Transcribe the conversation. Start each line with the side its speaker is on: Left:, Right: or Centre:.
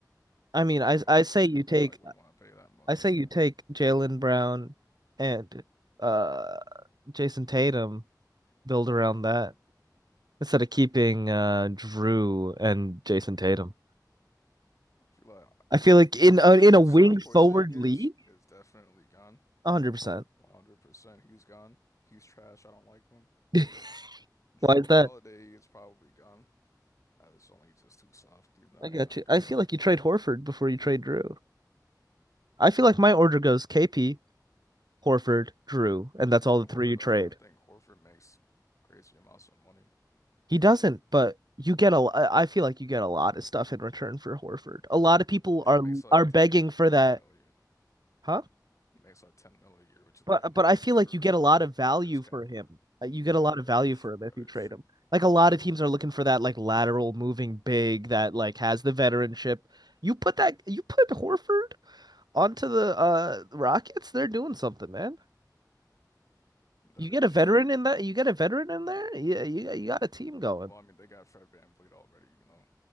Right: I
Left: You
Right: mean,
Left: know,
Right: I
Left: even
Right: I
Left: with
Right: say
Left: Tatum,
Right: you take
Left: you probably wouldn't want to pay that much
Right: I say
Left: to
Right: you
Left: him.
Right: take Jalen Brown and uh Jason Tatum, build around that instead of keeping uh Drew and Jason Tatum.
Left: I feel like
Right: I feel like in
Left: I feel like
Right: a, in
Left: Kristaps
Right: a wing
Left: Porzingis
Right: forward league,
Left: is definitely gone.
Right: 100%.
Left: 100%. He's gone. He's trash. I don't like him.
Right: <laughs>
Left: Drew
Right: Why is
Left: Holiday
Right: that?
Left: is probably gone. I just don't think he's just too soft. He's not
Right: I got
Left: he's not
Right: you.
Left: a good
Right: I
Left: player.
Right: feel like you trade Horford before you trade Drew. I feel like my order goes KP, Horford, Drew, and that's all
Left: I mean
Right: the
Left: Horford,
Right: three you
Left: I
Right: trade.
Left: don't even think Horford makes crazy amounts of money.
Right: He doesn't, but you get a. I feel like you get a lot of stuff in return for Horford. A lot of people
Left: Yeah,
Right: are
Left: he makes like
Right: are begging
Left: 10, K-
Right: for that,
Left: 10 million.
Right: huh?
Left: He makes like 10 million a year, which is
Right: But
Left: like nothing
Right: but I feel like
Left: for
Right: you get a lot of
Left: a guy
Right: value
Left: of his caliber.
Right: for him. Uh, You get
Left: That
Right: a lot
Left: is
Right: of
Left: that
Right: value
Left: is
Right: for
Left: true.
Right: him if
Left: That
Right: you
Left: is
Right: trade
Left: true.
Right: him. Like a lot of teams are looking for that like lateral moving big that like has the veteranship. You put that you put Horford onto the uh Rockets, they're doing something, man.
Left: That
Right: You
Left: is
Right: get a veteran
Left: true.
Right: in that. You get a veteran in there. Yeah, you you got a team going.
Left: Well, I mean, they got Fred VanVleet already, you know.